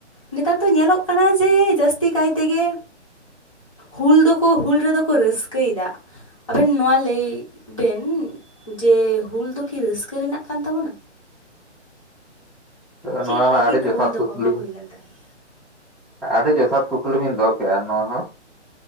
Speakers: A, on the left (about 30°); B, in the centre.
A: ᱱᱮᱛᱟᱨ ᱫᱚ ᱧᱮᱞᱚᱜ ᱠᱟᱱᱟ ᱡᱮ ᱡᱟᱹᱥᱛᱤ ᱠᱟᱭ ᱛᱮᱜᱮ ᱦᱩᱞ ᱫᱚᱠᱚ ᱦᱩᱞ ᱨᱮᱫᱚ ᱠᱚ ᱨᱟᱹᱥᱠᱟᱹᱭ ᱫᱟ᱾ ᱟᱵᱮᱱ ᱱᱚᱣᱟ ᱞᱟᱹᱭ ᱵᱮᱱ ᱡᱮ ᱦᱩᱞ ᱫᱚ ᱠᱤ ᱨᱟᱹᱥᱠᱟᱹ ᱨᱮᱱᱟᱜ ᱠᱟᱱ ᱛᱟᱵᱚᱱᱟ? ᱪᱮᱫ
B: ᱱᱚᱣᱟ
A: ᱞᱟᱹᱜᱤᱫ
B: ᱦᱚᱸ ᱟᱹᱰᱤ ᱡᱚᱛᱷᱟᱛ
A: ᱦᱩᱞ ᱫᱚ
B: ᱠᱩᱠᱞᱤ
A: ᱦᱚᱦᱚ ᱦᱩᱭᱞᱮᱱ ᱛᱟᱦᱮᱸᱫ?
B: ᱟᱹᱰᱤ ᱡᱚᱛᱷᱟᱛ ᱠᱩᱠᱞᱤ ᱵᱤᱱ ᱫᱚᱦᱚ ᱠᱮᱜᱼᱟ ᱱᱚᱣᱟ ᱦᱚᱸ᱾